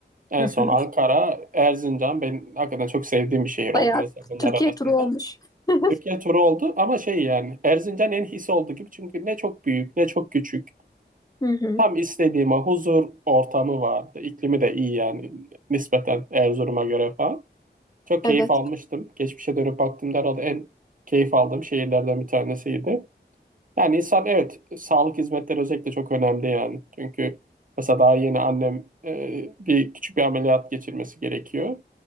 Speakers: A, on the right; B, on the left.
A: en
B: Hı
A: son
B: hı.
A: Ankara, Erzincan ben hakikaten çok sevdiğim bir şehir oldu
B: Bayağı
A: mesela bunlar
B: Türkiye
A: arasında.
B: turu olmuş. <laughs>
A: Türkiye turu oldu ama şey yani Erzincan en his oldu gibi çünkü ne çok büyük ne çok küçük.
B: Hı hı.
A: Tam istediğime huzur ortamı vardı. İklimi de iyi yani nispeten Erzurum'a göre falan. Çok
B: Evet.
A: keyif almıştım. Geçmişe dönüp baktığımda herhalde en keyif aldığım şehirlerden bir tanesiydi. Yani insan evet sağlık hizmetleri özellikle çok önemli yani. Çünkü mesela daha yeni annem e, bir küçük bir ameliyat geçirmesi gerekiyor.